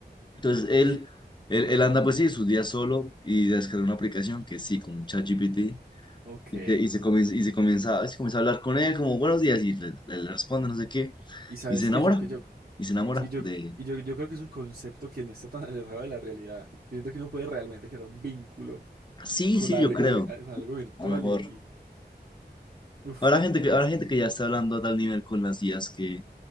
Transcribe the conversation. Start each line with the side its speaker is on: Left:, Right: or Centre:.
Left: Entonces él,
Right: Y,
Left: él,
Right: ajá.
Left: él anda pues sí, sus días solo y descarga una aplicación que sí, con un ChatGPT.
Right: Ok.
Left: Y se, y se comienza, y se comienza, se comienza a hablar con él como buenos días y le, le- le responde no sé qué.
Right: Y sabes
Left: Y se enamora.
Right: que yo, que yo,
Left: Y se enamora
Right: y, y yo,
Left: de... él.
Right: y yo, yo creo que es un concepto que no está tan <laughs> alejado de la realidad. Yo siento que uno puede realmente crear un vínculo
Left: Sí,
Right: con
Left: sí,
Right: algo,
Left: yo creo.
Right: vi- con algo virtual
Left: A lo mejor.
Right: y, y- uf.
Left: Habrá gente que, habrá gente que ya está hablando a tal nivel con las IAs que